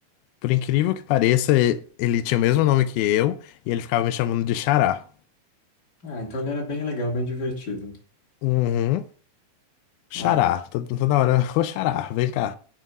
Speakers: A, on the left (about 90°); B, on the left (about 30°).
A: Por incrível que pareça, e- ele tinha o mesmo nome que eu e ele ficava me chamando de Xará.
B: Ah, então ele era bem legal, bem divertido.
A: Uhum.
B: Ah,
A: Xará. to- Toda hora, <laughs> ô xará, vem cá.